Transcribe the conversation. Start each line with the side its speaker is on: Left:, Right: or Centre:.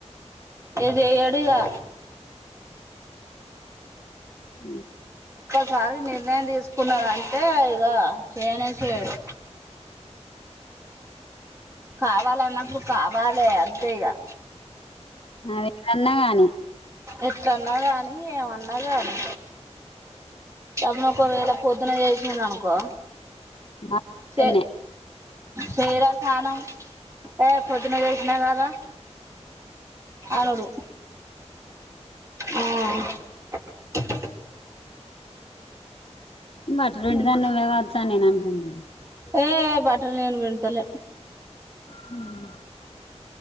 Right: ఏ చెయ్యడిగా
Left: ఆ
Right: సారి నిర్ణయం తీసుకున్నాడు అంటే ఇగ చేయనే చేయడు కావాలన్నప్పు కావాలే అంతే ఇగా
Left: అవేమి కాదు న్నా గాని
Right: ఎట్ల అన్నా కానీ ఏమన్నా కానీ అవును ఒక వేలా పొద్దున చేసింది అనుకో
Left: మా
Right: చే
Left: <inaudible> కన్నే
Right: చేయరా స్నానం ఏ పొద్దున్న చేసినా కదా అనడు ఆ
Left: బట్ రెండు
Right: ఇంక
Left: దాన్ని నువ్వేవత్తా నేను అనుకుంటున్నాను
Right: ఏ బట్టలు నేను విండుతలే
Left: హ్మ్